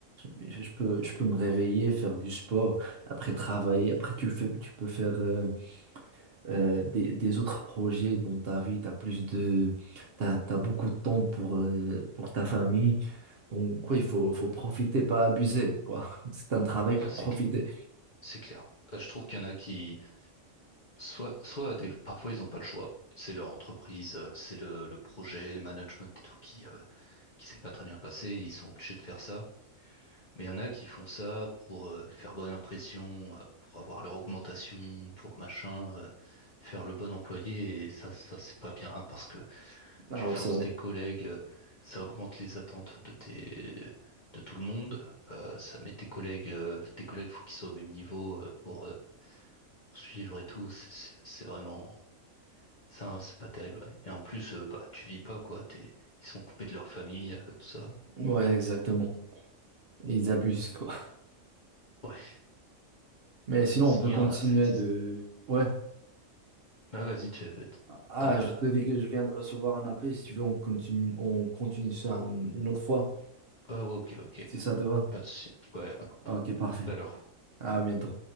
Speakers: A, on the right (about 55°); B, on the left (about 45°).
A: je, je peux, je peux me réveiller, faire du sport, après travailler. Après, tu fais, tu peux faire euh, euh, des, des autres projets dans ta vie. Tu as plus de, t'as, t'as beaucoup de temps pour, euh, pour ta famille. Donc, quoi, il faut, faut profiter, pas abuser, quoi. <laughs> C'est un travail pour
B: Ouais, c'est
A: profiter.
B: cl- c'est clair. Euh, Je trouve qu'il y en a qui, soit, soit des, parfois ils n'ont pas le choix. C'est leur entreprise, euh, c'est le, le projet, le management et tout qui, euh, qui s'est pas très bien passé. Ils sont obligés de faire ça. Mais il y en a qui font ça pour euh, faire bonne impression, euh, pour avoir leur augmentation, pour machin, euh, faire le bon employé. Et ça, ça c'est pas bien hein, parce que
A: Ah
B: tu
A: ouais,
B: forces
A: c'est vrai.
B: tes collègues, euh, ça augmente les attentes de tes, de tout le monde, euh, ça met tes collègues, euh, tes collègues faut qu'ils soient au même niveau euh, pour euh, poursuivre et tout, c'est c'est- c'est vraiment, ça c'est pas terrible. ouais. Et en plus, euh, bah tu vis pas quoi, t'es, ils sont coupés de leur famille, euh, tout ça.
A: Ouais, exactement.
B: Donc,
A: Et ils abusent, quoi.
B: ouais,
A: Mais
B: <laughs>
A: sinon,
B: s'il
A: on peut continuer
B: y en a, ça existe.
A: de... Ouais.
B: Ah vas-y, tu,
A: Ah,
B: t'as,
A: je te dis que je viens de recevoir un appel. Si tu veux, on continue, on continue ça un- une autre fois,
B: ah ouais, ok ok,
A: si ça te va.
B: pas de souci. Ouais, alors, peut-
A: Ah, Ok, parfait.
B: à tout à l'heure.
A: À bientôt.